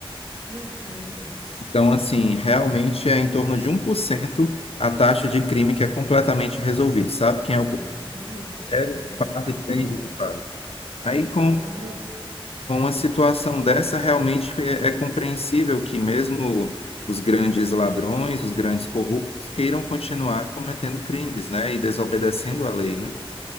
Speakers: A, on the right (about 85°); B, on the left (about 80°).
A: Ai, meu Deus,
B: Então, assim, realmente é em torno de um por cento a taxa de crime que é completamente resolvido. Sabe quem é o
A: exatamente.
B: culpado? Pega o
A: Que
B: culpado
A: sabe
B: e
A: o que
B: prende
A: é, né?
B: o culpado. Aí, com
A: Aham,
B: Com uma situação dessa, realmente é, é compreensível que mesmo os grandes ladrões, os grandes corruptos, queiram continuar cometendo crimes, né, e desobedecendo a lei, né?